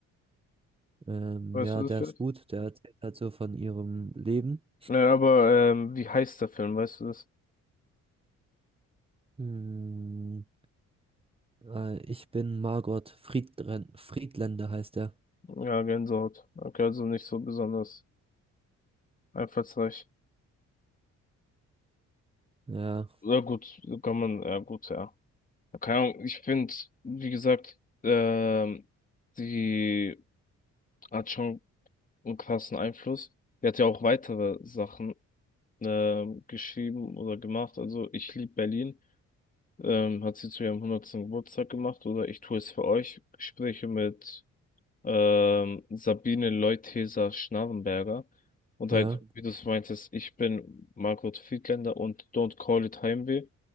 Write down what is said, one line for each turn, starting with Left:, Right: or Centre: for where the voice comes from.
Right: Ähm,
Left: Weißt
Right: ja,
Left: du das
Right: der
Left: vielleicht?
Right: ist gut. Der erzählt halt so von ihrem Leben.
Left: Ja, aber ähm, wie heißt der Film? Weißt du das?
Right: Hm, äh, ich bin Margot Friedren Friedländer heißt er.
Left: Ja, Gänsehaut. Okay, also nicht so besonders einfallsreich.
Right: Ja,
Left: Ja, gut, kann man, ja, gut, ja. Keine Ahnung, ich finde, wie gesagt, ähm, die hat schon einen krassen Einfluss. Die hat ja auch weitere Sachen ähm, geschrieben oder gemacht. Also, ich liebe Berlin. ähm, hat sie zu ihrem hundertsten Geburtstag gemacht oder ich tue es für euch. Gespräche mit ähm, Sabine Leutheser-Schnarrenberger. Und
Right: ja.
Left: halt, wie du es meintest, ich bin Margot Friedländer und Don't Call It Heimweh